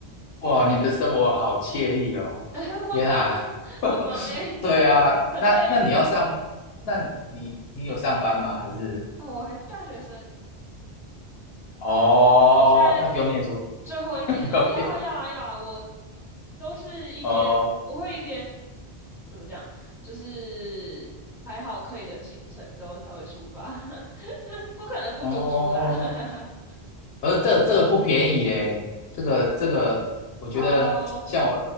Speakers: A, on the left; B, in the centre.
A: 哇，你的生活好惬意哦，
B: 哎会吗？
A: 天啊，
B: <laughs> 很忙诶、
A: <laughs>
B: <laughs>
A: 对啊，
B: 很累欸。
A: 那那你要上，那你你有上班吗？还是
B: 哦，我还是大学生。
A: 哦，
B: 我现在
A: 那不用念书，
B: 最后一年，
A: <laughs> 不用念
B: 哦，要啊要啊要啊，我都是一边，
A: 哦
B: 我会一边怎么讲，就是排好可以的行程之后才会出发，<laughs> 不可能不读书啦。
A: 哦。
B: <laughs>
A: 而这这个不便宜耶，这个这个，我觉得像我，
B: 哦，